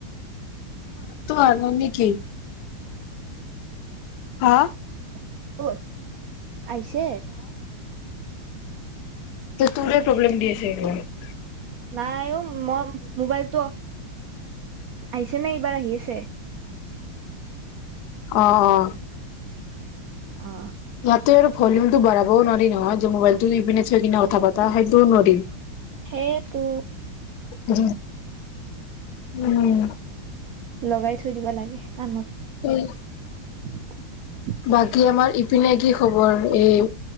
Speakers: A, on the left; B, on the right.
A: ত আৰু নেকি হা
B: দোৰ আহইছে
A: তোৰেই প্ৰব্লেম দিিয়ছ স <unintelligible>
B: নাইও মই মোবাইলটো আহিছে নাই বাৰ আহি আছে
A: অ অ
B: অ
A: নতে ভলিউমতটো বঢ়াবও নোৱাৰি নহয় যে মোবাইলতটো ইপিনে চ হৈ কিনে কথা পতা সেইটোও নোৱাৰিম
B: সেই তো
A: উ উম
B: লগাই থৈ দিব লাগে কাণত
A: উম
B: <inaudible>
A: বাকী আমাৰ ইপিনে কি খবৰ এই